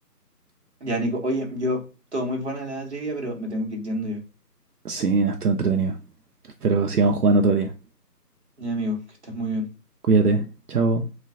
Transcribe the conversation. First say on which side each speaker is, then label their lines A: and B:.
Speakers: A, on the right; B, on the right.
A: Ya, Nico, oye, yo, todo muy buena la trivia, pero me tengo que ir yendo yo.
B: Sí, no, estuvo entretenido. Espero sigamos jugando otro día.
A: Ya, amigo, que estés muy bien.
B: Cuídate. Chao.